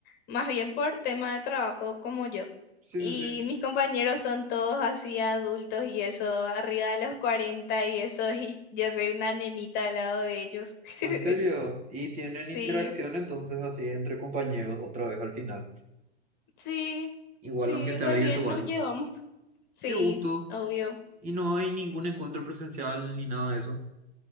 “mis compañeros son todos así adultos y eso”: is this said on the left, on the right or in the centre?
Left